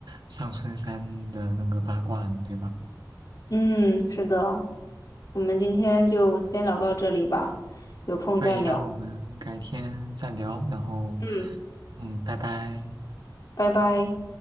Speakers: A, on the right (about 75°); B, on the left (about 60°).
A: 上春山的那个八卦呢对吧？
B: 嗯，是的，我们今天就先聊到这里吧，有空再聊。
A: 所以那我们改天再聊，然后，
B: 嗯，
A: 嗯，拜拜。
B: 拜拜。